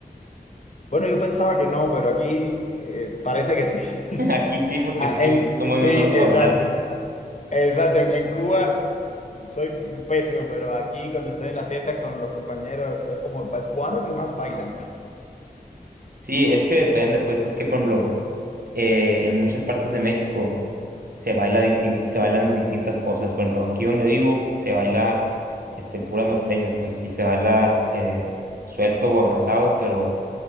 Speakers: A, on the left (about 45°); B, on the right (about 65°).
A: Bueno, yo pensaba que no, pero aquí eh, parece que sí. <laughs>
B: <laughs> Aquí sí, porque
A: Ah,
B: sí,
A: en-
B: somos
A: sí,
B: muy malos para
A: exacto.
B: bailar.
A: Exacto, en, en Cuba soy pésimo, pero aquí cuando estoy en las fiestas con los compañeros, es como el cubano que más baila, ¿no?
B: Sí, es que depende, pues, es que, por ejemplo, eh, en muchas partes de México se baila distin- se bailan distintas cosas. Por ejemplo, aquí donde vivo se baila este, pura norteña, pues, y se baila eh, suelto o abrazado, pero